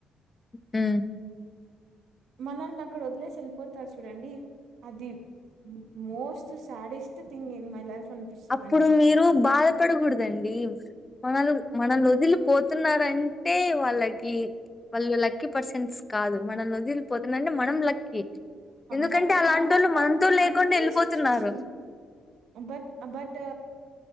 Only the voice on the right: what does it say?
మనల్ని అక్కడ వదిలేసి వెళ్ళిపోతారు చూడండి అది most saddest thing in my life, అనిపిస్తదండి
బట్
మనము
అన్ని
సిచ్యుయేషన్ బట్ బట్